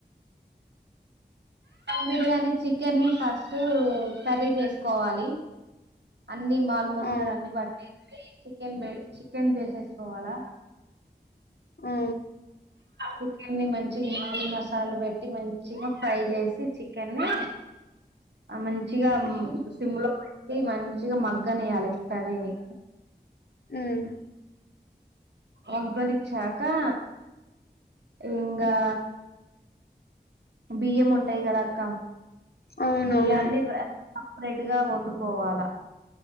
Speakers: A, on the right; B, on the left.
A: బిర్యానీ చికెన్ ని ఫస్ట్ కర్రీ చేసుకోవాలి ఆ అన్నీ మాలు మసాలాలు
B: ఆ
A: అన్ని పట్టేసి చికెన్ బె చికెన్ చేసేసుకోవాలా
B: ఆ
A: చికెన్ని మంచి మాల్ మసాలా పెట్టి మంచిగా ఫ్రై చేసి చికెన్ని ఆ మంచిగా
B: మ్మ్
A: సిమ్లో పె ఇ మంచిగా మగ్గనియ్యాలి కర్రీని
B: ఉమ్
A: ఉగ్గనిచ్చాకా ఇంగా బియ్యం ఉంటాయి కదా అక్క
B: అవునవును
A: బియ్యాన్ని సప్రెట్ గా వండుకోవాలా